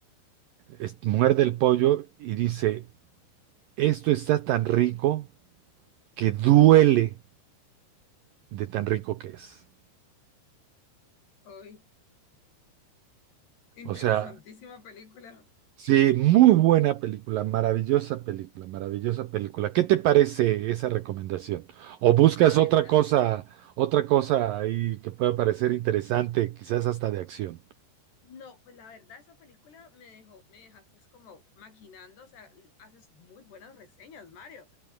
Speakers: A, on the right; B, on the left.
A: es- muerde el pollo y dice, esto está tan rico que duele de tan rico que es.
B: Hoy, interesantísima
A: O sea,
B: película.
A: sí, muy buena película, maravillosa película, maravillosa película. ¿Qué te parece esa recomendación? ¿O buscas
B: La verdad.
A: otra cosa, otra cosa ahí que pueda parecer interesante, quizás hasta de acción?
B: No, pues la verdad esa película me dejó, me dejaste es como maquinando, o sea, l- haces muy buenas reseñas, Mario.